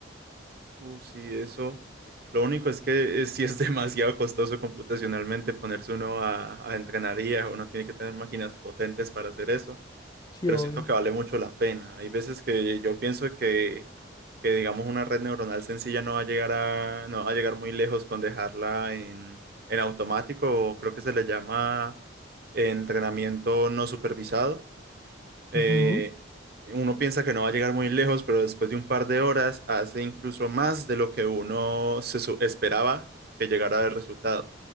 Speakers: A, on the right; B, on the left.
A: Uh, sí, eso. Lo único es que eh, sí es <laughs> demasiado costoso computacionalmente ponerse uno a, a entrenar IA. Uno tiene que tener máquinas potentes para hacer eso.
B: Sí,
A: pero
B: obvio.
A: siento que vale mucho la pena. Hay veces que yo pienso que, que digamos, una red neuronal sencilla no va a llegar a, no va a llegar muy lejos con dejarla en, en automático, o creo que se le llama entrenamiento no supervisado. Eh,
B: Ujú.
A: uno piensa que no va a llegar muy lejos, pero después de un par de horas hace incluso más de lo que uno se su- esperaba que llegara el resultado.